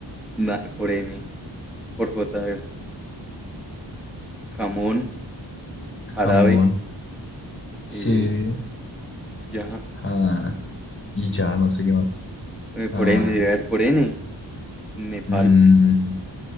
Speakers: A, in the centre; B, on the left.
A: na- por N, por J, a ver, jamón, jarabe,
B: jamón, sí.
A: eh, ya,
B: Ah, y ya, no sé qué más.
A: eh, por
B: Ah,
A: N, debe haber por N, Nepal,
B: mm.